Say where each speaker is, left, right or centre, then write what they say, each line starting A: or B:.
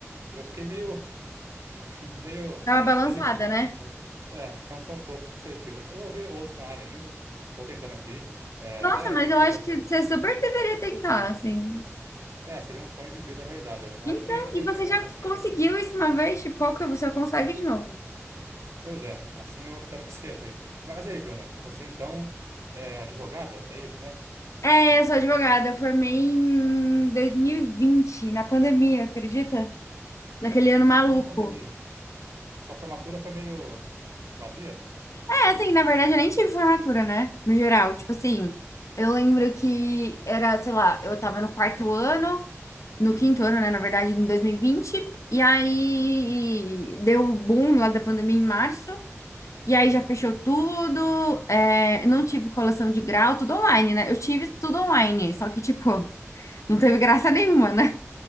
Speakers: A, on the right; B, on the left.
A: eu fiquei meio, <laughs> meio
B: Dá uma balançada,
A: desanimado.
B: né?
A: É, cansou um pouco pro seletivo. Eu Vou ver outros na área ainda, estou tentando aqui. É,
B: Nossa,
A: até,
B: mas eu
A: tô
B: acho
A: tentando.
B: que você super deveria tentar, assim.
A: É, seria um sonho de vida realizado. Eu
B: Então,
A: acho que ainda tem
B: e você
A: tempo
B: já
A: para acontecer,
B: conseguiu
A: né?
B: isso uma vez? Tipo, qual que você consegue de novo?
A: Pois é, assim eu espero que <laughs> seja. Mas aí, Bruna, você então é advogada? É isso, né?
B: É, eu sou advogada, eu formei em 2020 na pandemia, acredita? Naquele ano
A: Em
B: maluco.
A: plena pandemia. Sua formatura foi meio vazia?
B: É, assim, na verdade eu nem tive formatura, né? No geral, tipo assim, eu lembro que era, sei lá, eu tava no quarto ano, no quinto ano, né, na verdade, em 2020, e vinte, e aí deu o boom lá da pandemia em março, e
A: Uhum.
B: aí já fechou tudo, é, não tive colação de grau, tudo online, né? Eu tive tudo online, só que, tipo, <laughs> não teve graça nenhuma, né?